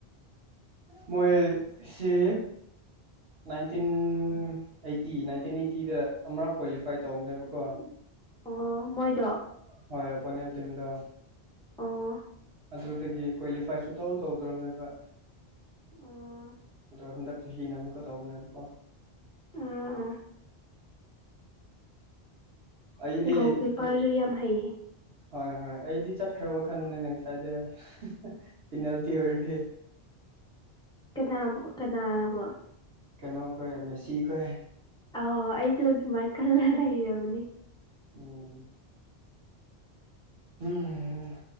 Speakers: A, on the right; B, in the centre.
A: ꯃꯣꯏ ꯁꯤ ꯅꯥꯏꯟꯇꯤꯟ ꯑꯩꯠꯇꯤ ꯅꯥꯏꯟꯇꯤꯟ ꯑꯩꯠꯇꯤꯗ ꯑꯃꯔꯛ ꯀ꯭ꯋꯥꯂꯤꯐꯥꯏ ꯇꯧꯕꯅꯦꯕꯀꯣ꯫
B: ꯑꯣ ꯃꯣꯏꯗꯣ
A: ꯍꯣꯏ ꯑꯣꯄꯣꯅꯦꯟ ꯇꯤꯝꯗꯣ
B: ꯑꯣ
A: ꯑꯗꯨꯗꯒꯤ ꯀ꯭ꯋꯥꯂꯤꯐꯥꯏꯁꯨ ꯇꯧꯔ ꯇꯧꯗ꯭ꯔꯕꯅꯦꯕ
B: ꯑꯣ
A: ꯑꯗꯣ ꯍꯟꯗꯛ ꯆꯍꯤꯅ ꯑꯃꯨꯛꯀ ꯇꯧꯕꯅꯦꯕꯀꯣ
B: ꯎꯝ ꯎꯝ
A: ꯑꯩꯗꯤ
B: ꯒꯣꯜ ꯀꯤꯞꯄꯔꯁꯨ ꯌꯥꯝ ꯍꯩꯌꯦ
A: ꯍꯣꯏ ꯍꯣꯏ ꯑꯩꯗꯤ ꯆꯠ ꯈ꯭ꯔꯕ ꯈꯟ ꯅꯅꯦ ꯉꯁꯥꯢꯗꯩ ꯄꯦꯅꯜꯇꯤ ꯑꯣꯏꯔꯗꯤ
B: ꯀꯅꯥꯕꯨ ꯀꯅꯥꯕꯨꯣ
A: ꯀꯩꯅꯣ ꯀꯣꯏ ꯃꯦꯁꯤ ꯀꯣꯏ
B: ꯑꯣ ꯑꯩꯁꯨ ꯑꯗꯨꯃꯥꯏꯅ ꯈꯂꯒ ꯂꯩꯔꯕꯅꯤ
A: ꯎꯝ ꯎꯝꯝ